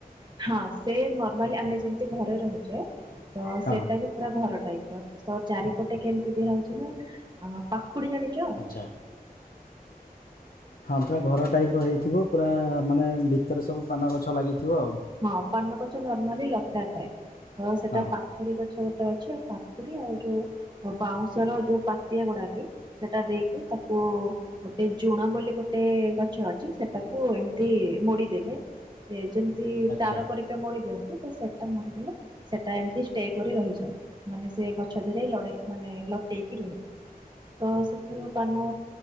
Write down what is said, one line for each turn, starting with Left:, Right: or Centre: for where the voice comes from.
Right: ହଁ ସେ ନର୍ମାଲି ଆମେ ଯେମିତି ଘରେ ରହୁଛେ ତ
Left: ହଁ
Right: ସେଟା ବି ପୁରା ଘର ଟାଇପ୍ ର ତ ଚାରିପଟେ କେମିତି ଦିଆ ହଉଛି ନା ଆ ପାଖୁଡି଼ ଜାଣିଚ?
Left: ଆଚ୍ଛା। ହଁ ପୁରା ଘର ଟାଇପ୍ ର ହେଇଥିବ ପୁରା ମାନେ ଭିତରେ ସବୁ ପାନ ଗଛ ଲାଗିଥିବ ଆଉ।
Right: ହଁ ପାନ ଗଛ ନର୍ମାଲି ଲଟା ଥାଏ ତ ସେଟା
Left: ହଁ
Right: ପା ଖୁଡି଼ ଗଛ ଗୋଟେ ଅଛି ଆଉ ପାଖୁଡି ଆଉ ଯୋଉ ବାଉଁଶର ଯୋଉ ପାତିଆ ଗୁଡ଼ାକି ସେଟା ଦେଇକି ତାକୁ ଗୋଟେ ଜୁଣ ବୋଲି ଗୋଟେ ଗଛ ଅଛି ସେଟାକୁ ଏମିତି ମୋଡ଼ି ଦେଲେ ଯେମିତି
Left: ଆଚ୍ଛା
Right: ତାର ପରିକା ମୋଡ଼ି ଦିଅନ୍ତି ତ ସେଟା ମୋଡ଼ି ଦେଲେ ସେଟା ଏମିତି ଷ୍ଟେ କରି ରହିଯାଏ ମାନେ ସେ ଗଛ ଦିହରେ ଲଡ଼େ ମାନେ ଲଟେଇକି ରୁହେ। ତ ସେଥିରୁ ପାନ